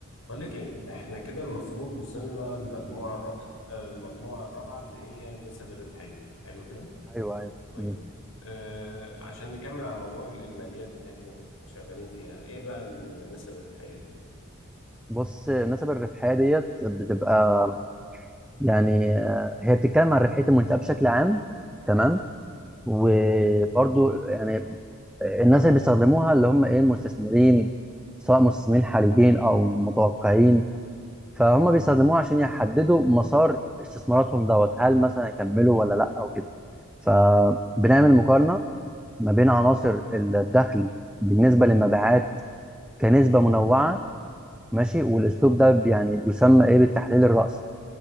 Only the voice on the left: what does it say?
بقول لك ايه احنا كده المفروض وصلنا للمجموعه الرابحه آه، المجموعه الرابعه اللي هي نسب الربحيه حلو كده
طيب
آه عشان نكمل على موضوع الماليات اللي احنا شغالين فيها ايه بقى النسب الربحيه دي
تمام